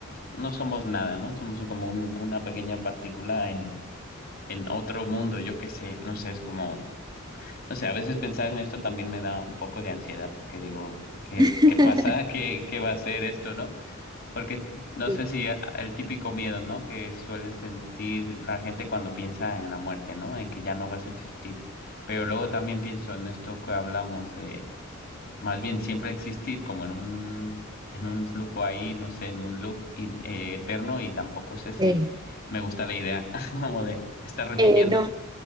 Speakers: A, on the left (about 45°); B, on the right (about 20°).
A: no somos nada, ¿no? Somos como un- una pequeña partícula en, en otro mundo, yo qué sé, no sé, es como... O sea, a veces pensar en esto también me da un poco de ansiedad porque digo, ¿qué,
B: <laughs>
A: qué pasa? <laughs> ¿Qué, qué va a ser esto, no? Porque es- no
B: Sí.
A: sé si a- el típico miedo, ¿no? Que suele sentir la gente cuando piensa en la muerte, ¿no? En que ya no vas a existir. Pero luego también pienso en esto que hablamos de, más bien siempre existir como en un, en un flujo ahí, no sé, en un loop in- eh, eterno y tampoco sé si
B: Eh,
A: me gusta la idea <laughs> como de estar repitiendo.
B: eh, no,